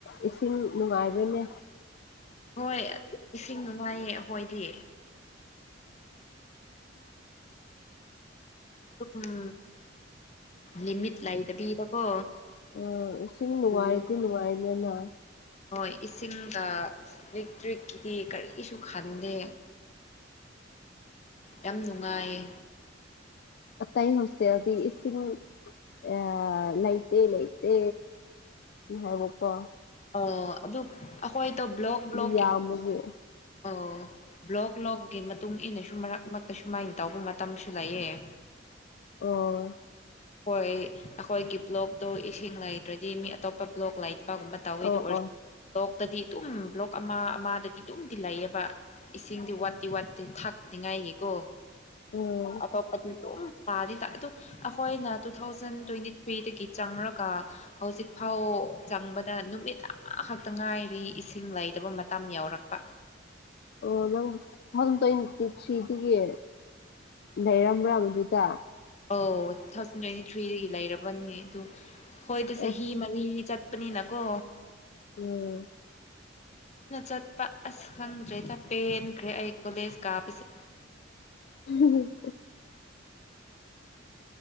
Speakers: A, on the left (about 55°); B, on the left (about 35°).
A: ꯏꯁꯤꯡ ꯅꯨꯡꯉꯥꯏꯕ꯭ꯔꯅꯦ
B: ꯍꯣꯏ ꯏꯁꯤꯡ ꯅꯨꯡꯉꯥꯏꯌꯦ ꯑꯈꯣꯏꯗꯤ ꯑꯗꯨꯝ ꯂꯤꯃꯤꯠ ꯂꯩꯇꯕꯤꯗꯀꯣ
A: ꯑꯥ ꯏꯁꯤꯡ ꯅꯨꯡꯉꯥꯏꯔꯗꯤ
B: ꯄꯤꯌꯦ
A: ꯅꯨꯡꯉꯥꯏꯗꯅ
B: ꯍꯣꯏ ꯏꯁꯤꯡꯒ ꯏꯂꯦꯛꯇ꯭ꯔꯤꯛꯀꯤꯗꯤ ꯀꯔꯤꯁꯨ ꯈꯟꯗꯦ ꯌꯥꯝ ꯅꯨꯡꯉꯥꯏꯌꯦ
A: ꯑꯇꯩ ꯍꯣꯁꯇꯦꯜꯗꯤ ꯏꯁꯤꯡ ꯑꯥ ꯂꯩꯇꯦ ꯂꯩꯇꯦ ꯍꯥꯏꯕꯀꯣ
B: ꯑꯣ ꯑꯗꯨ ꯑꯩꯈꯣꯏꯗꯣ ꯕ꯭ꯂꯣꯛ ꯕ꯭ꯂꯣꯛꯀꯤ
A: ꯃꯤ ꯌꯥꯝꯕꯒꯤ
B: ꯑꯣ ꯕ꯭ꯂꯣꯛ ꯕꯂꯣꯛꯀꯤ ꯃꯇꯨꯡ ꯏꯟꯅꯁꯨ ꯃꯔꯛ ꯃꯔꯛꯇ ꯁꯨꯃꯥꯏꯅ ꯇꯧꯕ ꯃꯇꯝꯁꯨ ꯂꯩꯑꯦ
A: ꯑꯣ
B: ꯍꯣꯏ ꯑꯈꯣꯏꯒꯤ ꯕ꯭ꯂꯣꯛꯇꯣ ꯏꯁꯤꯡ ꯂꯩꯇ꯭ꯔꯗꯤ ꯃꯤ ꯑꯇꯣꯞꯄ ꯕ꯭ꯂꯣꯛ ꯂꯩꯇꯕꯒꯨꯝꯕ ꯇꯧꯋꯦ
A: ꯑꯣ
B: ꯑꯗꯨ ꯑꯣꯏꯔ
A: ꯑꯣ
B: ꯕ꯭ꯂꯣꯛꯇꯗꯤ ꯑꯗꯨꯝ ꯕ꯭ꯂꯣꯛ ꯑꯃ ꯑꯃꯗꯗꯤ ꯑꯗꯨꯝꯗꯤ ꯂꯩꯌꯦꯕ ꯏꯁꯤꯡꯗꯤ ꯋꯥꯠꯇꯤ ꯋꯥꯠꯇꯦ ꯊꯥꯛꯅꯤꯉꯥꯏꯒꯤꯀꯣ
A: ꯎꯝ
B: ꯑꯐ ꯑꯐꯕ ꯗꯨꯝ ꯄꯗꯤꯇꯥ ꯑꯗꯨ ꯑꯩꯈꯣꯏꯅ ꯇꯨ ꯊꯥꯎꯖꯟ ꯇ꯭ꯋꯦꯟꯇꯤ ꯊ꯭ꯔꯤꯗꯒꯤ ꯆꯪꯔꯒ ꯍꯧꯖꯤꯛ ꯐꯥꯎ ꯆꯪꯕ ꯗ ꯅꯨꯃꯤꯠ ꯑꯃꯈꯛꯇ ꯉꯥꯏꯔꯤ ꯏꯁꯤꯡ ꯂꯩꯗꯕ ꯃꯇꯝ ꯌꯎꯔꯛꯄ
A: ꯑꯣ ꯅꯪ ꯇꯨ ꯊꯥꯎꯖꯟ ꯇ꯭ꯋꯦꯟꯇꯤ ꯊ꯭ꯔꯤꯗꯒꯤ ꯂꯩꯔꯝꯕ꯭ꯔꯥ ꯃꯗꯨꯗ
B: ꯑꯧ ꯇꯨ ꯊꯥꯎꯖꯟ ꯇ꯭ꯋꯦꯟꯇꯤ ꯊ꯭ꯔꯤꯗꯒꯤ ꯂꯩꯔꯕꯅꯤ ꯑꯗꯨ ꯍꯣꯏꯗ
A: ꯑꯁ
B: ꯆꯍꯤ ꯃꯔꯤ ꯆꯠ ꯄꯅꯤꯅꯅꯥꯀꯣ
A: ꯎꯝ
B: ꯑꯩꯅ ꯆꯠꯄ ꯑꯁ ꯈꯪꯗ꯭ꯔꯦꯗ ꯄꯦꯟꯈ꯭ꯔꯦ ꯑꯩ ꯀꯣꯂꯦꯖ ꯀꯥꯕꯁꯦ
A: ꯎꯝ